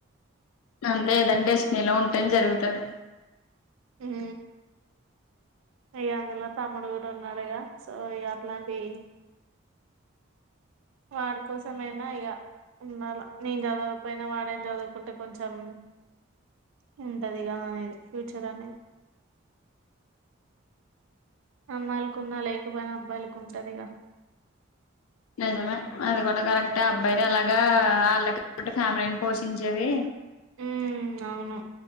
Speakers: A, on the left; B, on the right.
A: అంతే ఏదన్ డెస్ట్ నీ లో ఉంటేం జరుగుతది
B: ఉహ్ ఇగ అందులో తమ్ముడు కూడా ఉన్నాడుగ సో ఇగ అట్లాంటి ఇ వాడి కోసమైనా ఇగ ఉండాలా నేన్ చదవపోయినా వాడైన్ జదుకుంటే కొంచమ్ హ్మ్ అది గానిది ఫ్యూచర్ అనేద్ అమ్మాయిల్ కున్నా లేక్ పోయినా అబ్బాయిల కుంటదిగ
A: నిజమే అది కూడా కరెక్టే అబ్బాయి ఇలాగా వాళ్ళ కట్ ఫ్యామిలీని పోషించేది
B: ఉమ్ అవును